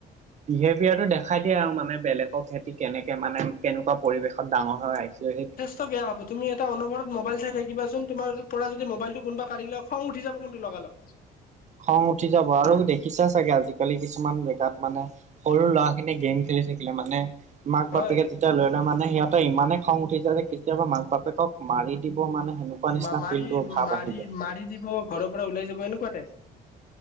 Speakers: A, on the right (about 45°); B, on the left (about 55°).
A: বিহেভিয়াৰটো দেখাই দিয়ে আও মানে বেলেগক সিহঁতে কেনেকে মানে। কেনেকুৱা পৰিৱেশত ডাঙৰ হৈ আহিছে! সেই
B: চব বেয়া হব তুমি এটা অনবৰত মোবাইল চাই থিবাচোন তোমাৰ পৰা যদি মোবাইলটো যদি কোবাই কঢ়িলয় খং উঠি যাব কিন্তু লগালগ।
A: খং উঠি যাব আৰু দেখিছা চাগে আজিকালি কিছুমান জেগাত মানে। সৰু ল'ৰাখিনি গেম খেলি থাকিলে মানে। মাক বাপেকে
B: হয়
A: যেতিয়া লৈ ললে মানে সিহঁতে ইমানে খং উঠি যায় যে কেতিয়াবা মাক বাপেকক মাৰি দিব মানে সেনে সেনেকুৱা নিচিনা
B: মা মাৰি
A: ফিল্ডটোৰ ভাৱ
B: মাৰি
A: আহি যায়!
B: মাৰি দিব! ঘৰ পৰা ওলাই যাব সেনেকুৱা টাইপ।